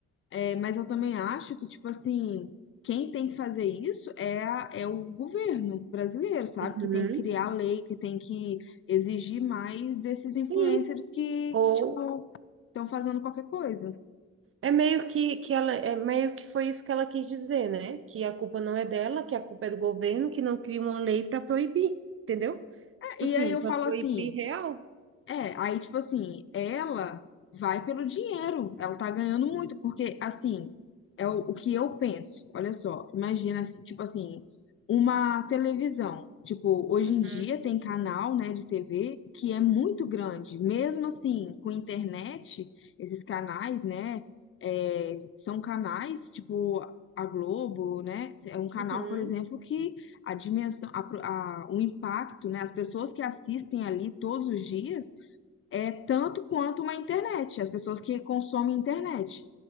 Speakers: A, on the left (about 45°); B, on the right (about 45°).
A: É, mas eu também acho que, tipo assim, quem tem que fazer isso é, a- é o governo brasileiro, sabe?
B: Uhum,
A: Que tem que criar lei, que tem que exigir mais desses influencers
B: Sim.
A: que,
B: Ou
A: que tipo, estão fazendo qualquer coisa.
B: é meio que, que ela é meio que foi isso que ela quis dizer, né? Que a culpa não é dela, que a culpa é do governo, que não cria uma lei para proibir, entendeu? Tipo
A: É, E
B: assim,
A: aí eu
B: para
A: falo
B: proibir
A: assim,
B: real.
A: É, aí, tipo assim, ela vai pelo dinheiro, ela tá ganhando muito, porque, assim, é o, o que eu penso. Olha só, imagina, assim, tipo assim, uma televisão. Tipo, hoje
B: Uhum,
A: em dia tem canal, né, de TV que é muito grande. Mesmo assim, com internet, esses canais, né, é, são canais, tipo, a Globo, né, é um canal,
B: uhum,
A: por exemplo, que a dimensão, a, pro- a- o impacto, né, as pessoas que assistem ali todos os dias é tanto quanto uma internet, as pessoas que consomem internet.